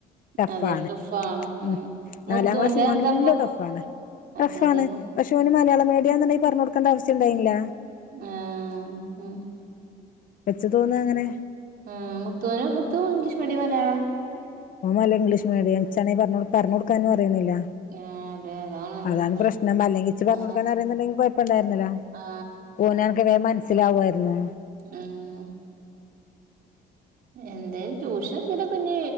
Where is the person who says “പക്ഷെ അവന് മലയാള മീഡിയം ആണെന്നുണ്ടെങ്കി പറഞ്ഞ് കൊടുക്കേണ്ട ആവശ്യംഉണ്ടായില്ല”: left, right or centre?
Left